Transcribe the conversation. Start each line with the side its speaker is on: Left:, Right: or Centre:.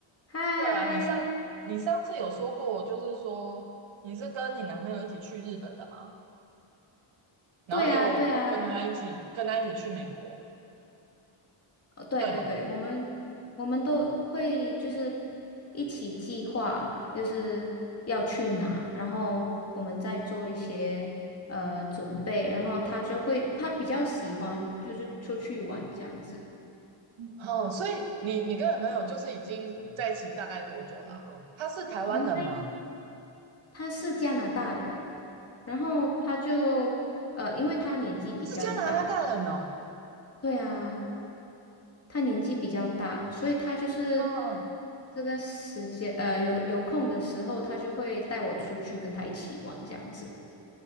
Left: 嗨，
Right: 对啊，你上你上次有说过，就是说你是跟你男朋友一起去日本的嘛，然后又跟他一起跟他一起去美国，
Left: 对啊，对啊，哦，对对对，
Right: 对吗？，
Left: 我们我们都会就是一起计划，就是要去哪，然后我们再做一些呃准备，然后他就会他比较喜欢就是出去玩这样子。
Right: 哦，所以你你跟男朋友就是已经在一起大概多久啦、他是台湾人吗？
Left: 我们在他是加拿大人，然后他就呃，因为他年纪比较大，
Right: 是加拿大大人哦。
Left: 对啊。他年纪比较大，所以他就是
Right: 哈、
Left: 这个时间，呃，有有空的时候，他就会带我出去跟他一起玩这样子。